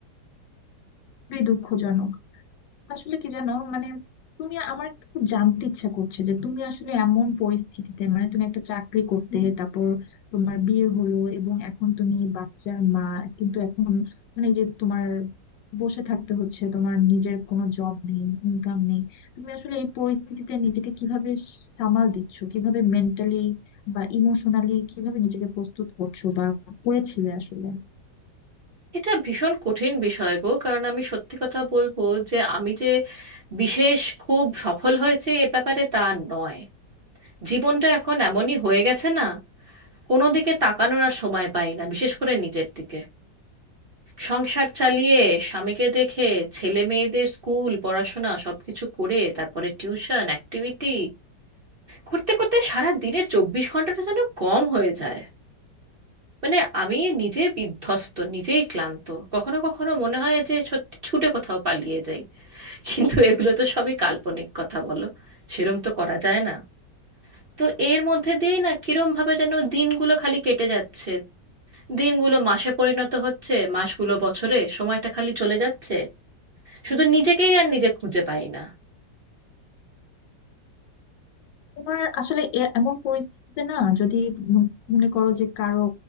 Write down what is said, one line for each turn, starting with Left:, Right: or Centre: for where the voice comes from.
Left: খুবই দুঃখজনক আসলে কি জানো মানে তুমি আমার একটু জানতে ইচ্ছা করছে যে তুমি আসলে এমন পরিস্থিতিতে মানে তুমি একটা চাকরি করতে তারপর তোমার বিয়ে হলো এবং এখন তুমি বাচ্চার মা কিন্তু এখন মানে এই যে তোমার বসে থাকতে হচ্ছে তোমার নিজের কোনো জব নেই ইনকাম নেই তুমি আসলে এই পরিস্থিতিতে নিজেকে কিভাবে সামাল দিচ্ছ কিভাবে মেন্টালি বা ইমোশনালি কিভাবে নিজেকে প্রস্তুত করছো বা করেছিলে আসলে
Right: এটা ভীষণ কঠিন বিষয় গো কারণ আমি সত্যি কথা বলবো যে আমি যে বিশেষ খুব সফল হয়েছে এ ব্যাপারে তা নয় জীবনটা এখন এমনই হয়ে গেছে না কোনো দিকে তাকানোর আর সময় পাই না বিশেষ করে নিজের দিকে সংসার চালিয়ে স্বামীকে দেখে ছেলে মেয়েদের স্কুল পড়াশোনা সবকিছু করে তারপরে টিউশন অ্যাক্টিভিটি করতে করতে সারা দিনের চব্বিশ ঘন্টাটা যেন কম হয়ে যায় মানে আমি নিজে বিধ্বস্ত নিজেই ক্লান্ত কখনো কখনো মনে হয় যে সত্যি ছুটে কোথাও পালিয়ে যাই কিন্তু <laughs> এগুলো তো সবই কাল্পনিক কথা বলো সেরম তো করা যায় না তো এর মধ্যে দিয়েই না কিরম ভাবে যেন দিনগুলো খালি কেটে যাচ্ছে দিনগুলো মাসে পরিণত হচ্ছে মাসগুলো বছরে সময়টা খালি চলে যাচ্ছে শুধু নিজেকেই আর নিজে খুঁজে পাই না
Left: তোমার আসলে এ- এমন পরিস্থিতিতে না যদি মন- মনে করো যে কারো